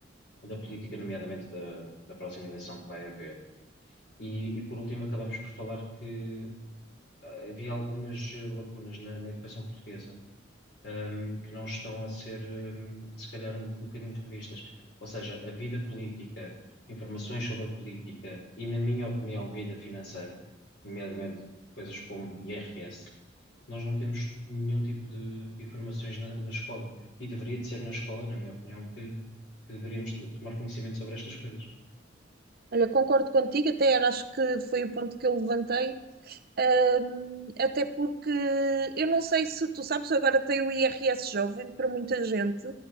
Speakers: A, on the left (about 60°); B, on the right (about 50°).
A: da política, nomeadamente da, da próxima eleição que vai haver. E, e, por último, acabamos por falar que ah, havia algumas eh, lacunas na, na educação portuguesa hum, que não estão a ser, hum, se calhar, um, um bocadinho revistas. Ou seja, a vida política, informações sobre a política e, na minha opinião, vida financeira, nomeadamente coisas como IRS, nós não temos nenhum tipo de, de informações na, na escola. E deveria de ser na escola, na minha opinião, que, que deveríamos de- tomar conhecimento sobre estas coisas.
B: Olha, concordo contigo, até era, acho que foi o ponto que eu levantei, hum, até porque eu não sei se tu sabes, agora tem o IRS jovem para muita gente